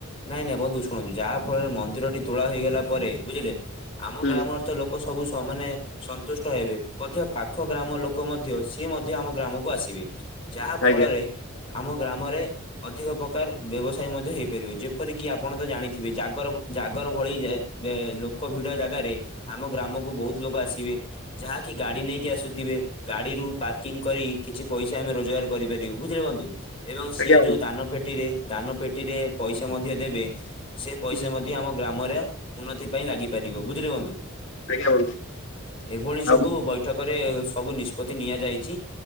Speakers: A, on the left (about 25°); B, on the left (about 60°).
A: ନାଇଁ ନାଇଁ ବନ୍ଧୁ ଶୁଣନ୍ତୁ ଯାହା ଫଳରେ ମନ୍ଦିର ଟି ତୁଳା ହେଇଗଲା ପରେ ବୁଝିଲେ ଆମ
B: ହୁଁ
A: ଗ୍ରାମରେ ତ ଲୋକ ଲୋକ ସବୁ ସମାନେ ସନ୍ତୁଷ୍ଟ ହେବେ, ମଧ୍ୟ ପାଖ ଗ୍ରାମ ଲୋକ ମଧ୍ୟ ସିଏ ମଧ୍ୟ ଆମ ଗ୍ରାମକୁ ଆସିବେ। ଯାହା ଫଳରେ
B: ଆଜ୍ଞା
A: ଆମ ଗ୍ରାମରେ ଅଧିକ ପ୍ରକାର ବ୍ୟବସାୟ ମଧ୍ୟ ହେଇପାରିବ। ଯେ ଏପର କିି ଆପଣ ତ ଜାଣିଥିବେ ଜାଗର ଜାଗର ଭଳି ଏକ ଭିଡ ଜାଗାରେ ଆମ ଗ୍ରାମକୁ ବହୁତ ଲୋକ ଆସିବେ ଯାହାକି ଗାଡି ନେଇକି ଆସୁଥିବେ। ଗାଡିରୁୁ ପାର୍କିଂ କରି କିଛି ପଇସା ଆମେ ରୋଜଗାର କରିପାରିବୁ <unintelligible> ଏବଂ ସିଏ
B: ଆଜ୍ଞା ବନ୍ଧୁ
A: ଯୋଉ ଦାନ ପେଟିରେ ଦାନ ପେଟିରେ ପଇସା ମଧ୍ୟ ଦେବେ। ସେ ପଇସା
B: ହୁଁ
A: ମଧ୍ୟ ଆମ ଗ୍ରାମରେ ଉନ୍ନତି ପାଇଁ ଲାଗିପାରିବ ବୁଝିଲେ <unintelligible>
B: ଆଜ୍ଞା ବନ୍ଧୁ
A: ଏଭଳିସବୁ
B: ଆଉ
A: ବୈଠକରେ ସବୁ ନିଷ୍ପତ୍ତି ନିଆଯାଇଛି।